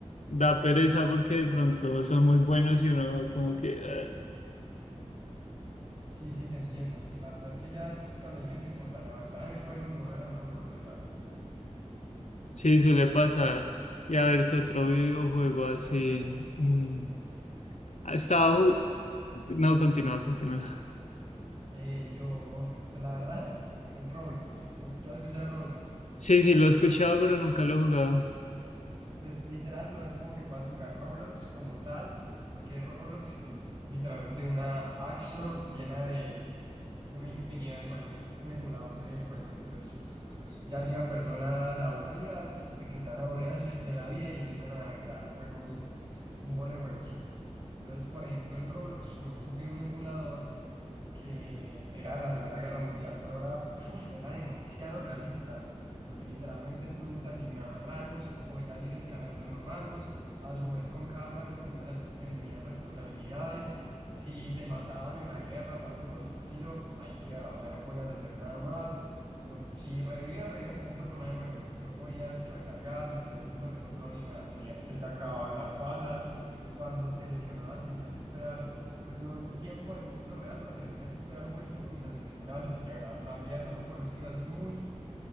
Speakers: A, on the left (about 80°); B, on the right (about 45°).
A: da pereza porque de pronto son muy buenos y uno como que "Ah".
B: Sí, sí, te entiendo. La verdad es que ya es- cuando hay gente como tan avanzada en el juego, no lo dejan a uno progresar.
A: sí suele pasar. Y a ver qué otro videojuego así. mm, ha estado...
B: Por ejemplo,
A: ju- No, continúa, continúa.
B: eh, yo, pues la verdad, en Roblox. ¿Tú, tú has escuchado de Roblox?
A: Sí, sí, lo he escuchado, pero nunca lo he jugado.
B: Pues literal no es como que puedas jugar Roblox como tal, porque Roblox es literalmente una App Store llena de una infinidad de juegos, es un emulador de juegos. Entonces ya llegan personas aburridas, eh, que están aburridas de la vida y empiezan a crear un juego, un bolo de juegos. Entonces, por ejemplo, en Roblox yo jugué un emulador que era de la Segunda Guerra Mundial, pero era, uf, era demasiado realista, porque literalmente tú te asignaban rangos, podías ir escalando en los rangos, a su vez con cada rango tenías, al- tenías responsabilidades, si te mataban en la guerra o algo por el estilo, ahí quedabas, ya no podías hacer nada más, no, si revivías, revivías como un personaje nuevo, no podías recargar, ni tenías puntos de control, ni nada, tenía, se te acababan las balas, cuando te lesionabas tenías que esperar pues no en tiempo de mundo real, pero tenías que esperar un buen tiempo mientras se te curabas y te quebrabas una pierna, algo por el decirlo así, muy